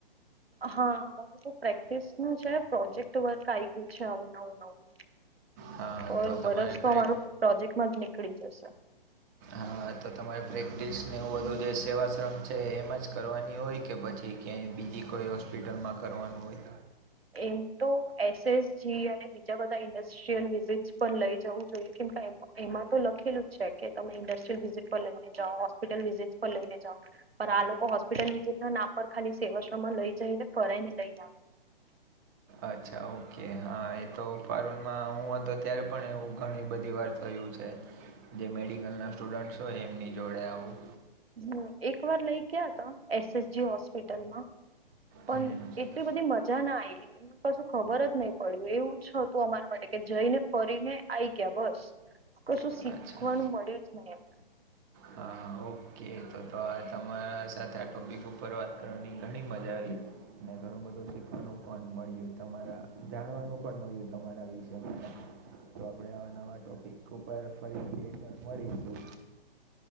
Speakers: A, on the right (about 80°); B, on the right (about 20°).
A: હા માર તો પ્રેક્ટિસ નું છે પ્રોજેક્ટ વર્ક આ ગયું છે હવે નવું નવું
B: હા
A: તો વરસ
B: તમારે
A: તો
B: પ્રેક
A: અમારો પ્રોજેક્ટમાં જ નીકળી જશે.
B: હા તો તમારે પ્રેક્ટિસને એવું બધું જે સેવાશ્રમ છે એમાં જ કરવાની હોય કે કે પછી ક્યાંય બીજી કોઈ હોસ્પિટલમાં કરવાનું હોય?
A: એમ તો એસએસજી અને બીજા બધા ઇન્ડસ્ટ્રી વિઝટ પર લઈ જવું જોઈએ કેમ એ એમાં તો લખેલું જ છે કે તમે ઇન્ડસ્ટ્રીયલ વિઝિટ પર લઈને જાઓ હોસ્પિટલ વિઝિટ પર લઈને જાઓ. પણ આ લોકો હોસ્પિટલ વિઝિટ નામ પર ખાલી સેવાશ્ર માં લઈ જઈને ફરાઈ ને લઈ આવે.
B: અચ્છા ઓકે હા એ તો પારુલમાં હું હતો ત્યારે પણ એવું ઘણી બધી વાર કર્યું છે જે મેડિકલના સ્ટુડન્ટસ હોય એમની જોડે આવું.
A: હમ્મ એક વાર લઇ ગયા હતા એસએસજી હોસ્પિટલમાં. પણ
B: હમ
A: એટલી બધી મજા ના આઈ. કસુ ખબર જ નહી પડી એવું જ હતું અમારા માટે કે જઈને ફરીને આઈ ગયા બસ. કશું શીખવાનું
B: અચ્છા
A: મળ્યું જ નઈ એમ.
B: હા ઓકે તો તો આ તમારા સાથે આ ટોપિક ઉપર વાત કરવાની ઘણી મજા આવી. ને ઘણું બધું શીખવાનું પણ મળ્યું તમારા જાણવાનું પણ મળ્યું તમારા વિશે. તો આપણે આવા નવા ટોપિક ઉપર ફરીથી એકવાર મળીશું.